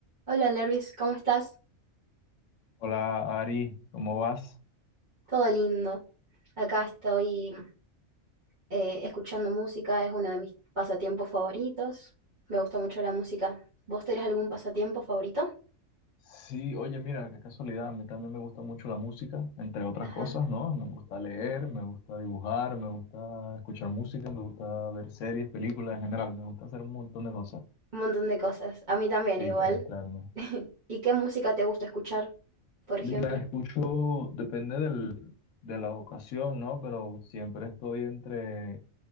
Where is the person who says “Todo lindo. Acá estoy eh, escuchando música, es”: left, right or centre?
Right